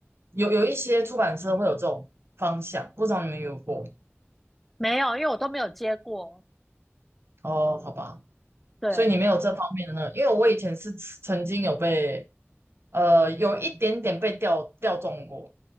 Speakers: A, on the right; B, in the centre.
A: 有有一些出版社会有这种方向，不知道你们有过
B: 没有，因为我都没有接过。
A: 哦？好吧，
B: 对，
A: 所以你没有这方面的那个，因为我以前是曾经有被呃有一点点被调调中过，